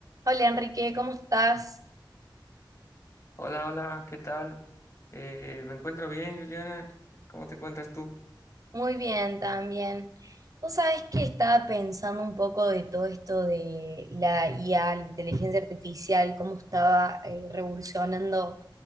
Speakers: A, on the right (about 45°); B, on the left (about 35°).
A: Hola Enrique, ¿cómo estás?
B: Hola, hola, ¿qué tal? Eh, me encuentro bien, Juliana. ¿Cómo te encuentras tú?
A: Muy bien también. Vos sabés que estaba pensando un poco de todo esto de la IA, la inteligencia artificial, cómo estaba eh, revolucionando